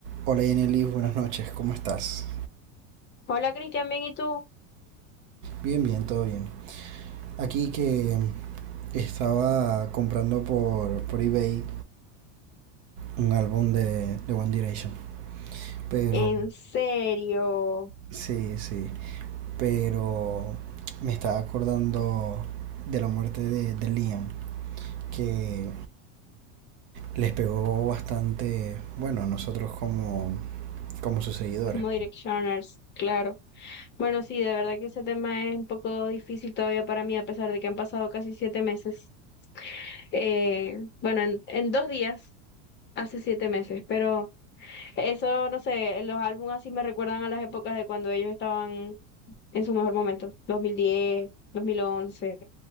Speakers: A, on the right (about 45°); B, on the left (about 25°).
A: Hola Yeneli, buenas noches, ¿cómo estás?
B: Hola Cristian, bien, ¿y tú?
A: Bien, bien, todo bien. Aquí que estaba comprando por, por eBay un álbum de, de One Direction. Pero,
B: En serio,
A: sí, sí. Pero me estaba acordando de la muerte de, de Liam, que les pegó bastante, bueno, a nosotros como, como sus seguidores.
B: como Directioners, claro. Bueno, sí, de verdad que ese tema es un poco difícil todavía para mí, a pesar de que han pasado casi siete meses. Eh, bueno, en, en dos días, hace siete meses, pero eso, no sé, los álbumes así me recuerdan a las épocas de cuando ellos estaban en su mejor momento, dos dos mil diez, dos mil once,